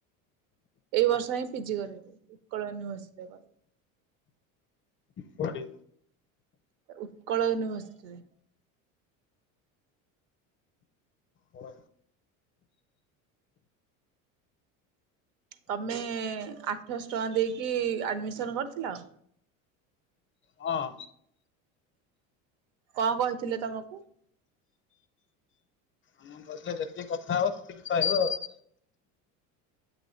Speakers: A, on the right; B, on the left.
A: ଏଇ ବର୍ଷ ହିଁ ପିଜି କରିବି ଉକଳ ୟୁନିଭର୍ସି ରେ।
B: କୋଉଠି?
A: ଉତ୍କଳ ୟୁନିଭର୍ସିଟିରେ
B: ହ
A: ତମେ ଆଠଶହ ଟଙ୍କା ଦେଇକି ଆଡ଼ମିସନ୍ କରିଥିଲ?
B: ହଁ
A: କଣ କହିଥିଲେ ତମକୁ?
B: ଆମ କହିଥିଲେ ଯେତିକି କଥା ହବ ସେତିକି ପାଇହିବ ଆଉ।